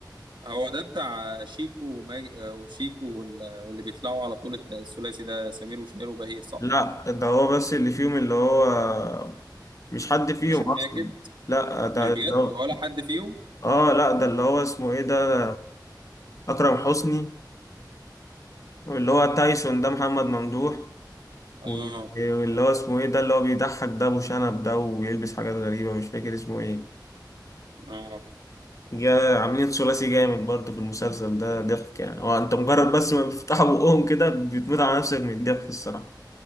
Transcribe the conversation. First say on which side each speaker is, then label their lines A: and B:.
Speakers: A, on the right; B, on the left.
A: هو ده بتاع شيكو وماج... آه، وشيكو وال... واللي بيطلعوا على طول الت- الثلاثي ده سمير وشهير وبهير صح؟
B: لا ده هو بس اللي فيهم اللي هو مش حد فيهم
A: هشام
B: اصلا
A: ماجد
B: لا ده
A: مش بجد
B: اللي هو
A: ولا حد فيهم؟
B: اه لا ده اللي هو اسمه ايه ده اكرم حسني واللي هو تايسون ده محمد ممدوح
A: اه
B: و- واللي هو اسمه ايه ده اللي هو بيضحك ده ابو شنب ده وبيلبس حاجات غريبة مش فاكر اسمه ايه
A: اه
B: جا عاملين ثلاثي جامد برضه في المسلسل ده ضحك يعني هو انت مجرد بس ما بيفتحوا بقهم كده بتموت على نفسك من الضحك الصراحة